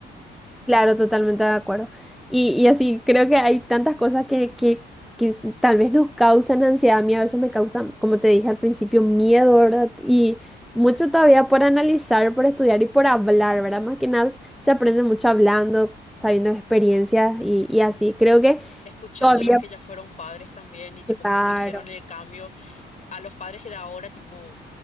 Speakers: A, in the centre; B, on the left.
A: Claro, totalmente de acuerdo. Y, y así, creo que hay tantas cosas que, que, que tal vez nos causan ansiedad. A mí a veces me causan, como te dije al principio, miedo, ¿verdad? Y mucho todavía por analizar, por estudiar y por hablar, ¿verdad? Más que nada se aprende mucho hablando, sabiendo de experiencias y, y así. Creo que
B: Escuchando
A: todavía,
B: a las que ya fueron padres también y tipo
A: claro,
B: cómo hicieron el cambio. a los padres que de ahora, tipo,